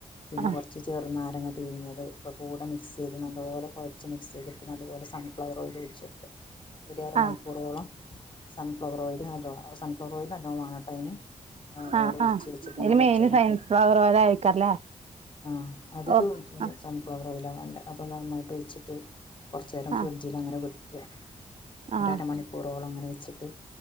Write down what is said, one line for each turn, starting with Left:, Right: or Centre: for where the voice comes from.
Left: പിന്നെ
Right: ആ
Left: കൊറ്ച്ച് ചെറ്നാരങ്ങ പിഴിഞ്ഞത് ഒക്കക്കൂടെ മിക്സെയ്ത് നല്ലോലെ കൊഴച്ച് മിക്സെയ്തിട്ട് നല്ലപോലെ സൺഫ്ലവർ ഓയിലൊയിച്ചക്കാ <unintelligible> അരമണിക്കൂറോളം
Right: ആ ആ
Left: സൺഫ്ലവർ ഓയില് നല്ലോ ആഹ് സൺഫ്ലവർ ഓയില് നല്ലോം വാണട്ടോ അയിന് ആഹ് നല്ലോലൊയിച്ച്
Right: ആ ആ
Left: വെച്ച്ട്ട് അമ്മള്
Right: ഇതില്
Left: കൊറ്
Right: മെയിന്
Left: <unintelligible>
Right: സൺഫ്ലവർ ഓയിൽ ആയിരിക്കല്ലേ
Left: ആഹ്
Right: ഓ ആ
Left: <unintelligible> സൺഫ്ലവർ ഓയിലാ വേണ്ടെ അപ്പോ നന്നായിട്ട് ഒഴിച്ചിട്ട് കൊറച്ചേരം
Right: ആ
Left: ഫ്രിഡ്ജിൽ അങ്ങനെ വെക്ക
Right: ആ
Left: ഒരരമണിക്കൂറോളം അങ്ങനെ വെച്ചിട്ട്